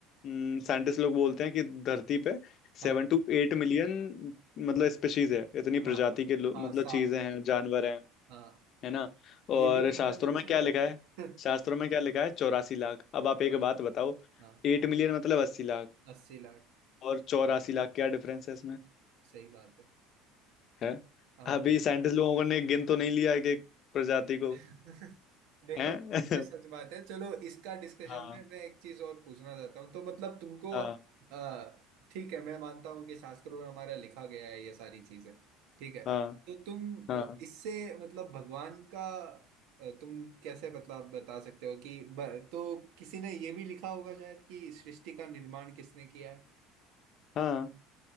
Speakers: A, on the left (about 35°); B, on the right (about 65°).
A: साइंटिस्ट लोग बोलते हैं कि धरती पे सेवन
B: हाँ
A: टू एट मिलियन मतलब स्पीशीज है इतनी
B: हाँ
A: प्रजाति
B: हाँ
A: के लोग
B: हाँ
A: मतलब
B: सात
A: चीजें
B: से
A: हैं
B: आठ
A: जानवर हैं
B: हाँ
A: है ना
B: ये
A: और
B: भी कहीं
A: शास्त्रों
B: पे मेंशन
A: में क्या लिखा
B: है
A: है
B: <laughs>
A: शास्त्रों में क्या लिखा है चौरासी लाख अब आप एक
B: हाँ
A: बात बताओ
B: हाँ
A: एट मिलियन मतलब अस्सी लाख
B: अस्सी लाख
A: और चौरासी लाख क्या डिफरेंस है इसमें
B: सही बात है
A: है
B: हाँ
A: अभी
B: भाई
A: साइंटिस्ट लोगों ने गिन तो नहीं लिया है कि प्रजाति को
B: <laughs> देखो
A: है
B: ये सच बात है चलो इसका डिस्कशन
A: <laughs> हाँ
B: में मैं एक चीज और पूछना चाहता हूँ तो मतलब तुमको
A: हाँ
B: अ, ठीक है मैं मानता हूँ कि शास्त्रों में हमारा लिखा गया है ये सारी चीजें ठीक है
A: हाँ
B: तो तुम
A: हाँ
B: अ, इससे मतलब भगवान का अ, तुम कैसे मतलब बता सकते हो कि ब, तो किसी ने ये भी लिखा होगा शायद कि सृष्टि का निर्माण किसने किया है
A: हाँ